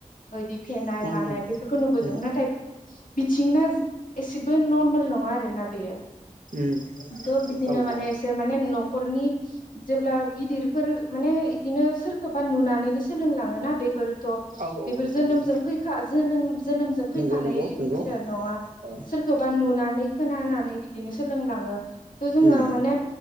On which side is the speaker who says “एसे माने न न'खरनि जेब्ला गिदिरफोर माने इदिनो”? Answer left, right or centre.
Left